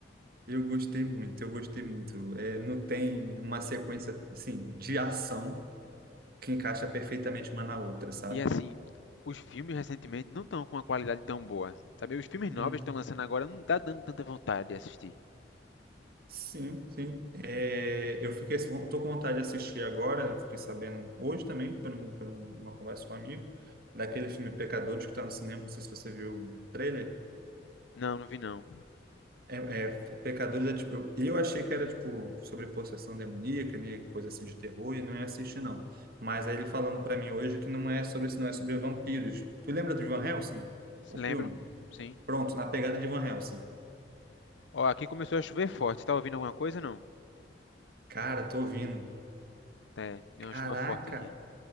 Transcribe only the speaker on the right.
Eu gostei muito, eu gostei muito. É, não tem uma sequência, assim, de ação que encaixa perfeitamente uma na outra, sabe?
Hum,
sim, sim. É, eu fiquei, assim, tô com vontade de assistir agora, eu fiquei sabendo hoje também, por, um- por um- uma conversa com um amigo, daquele filme Pecadores que tá no cinema, não sei se você viu o trailer.
É, é, Pecadores é tipo. Eu, eu achei que era tipo sobre possessão demoníaca, né? Coisa assim de terror, e não ia assistir, não. Mas aí ele falando pra mim hoje que não é sobre isso, não é sobre vampiros. Tu lembra do Van Helsing? O
filme?
Pronto, na pegada de Van Helsing.
Cara, tô ouvindo.
Caraca!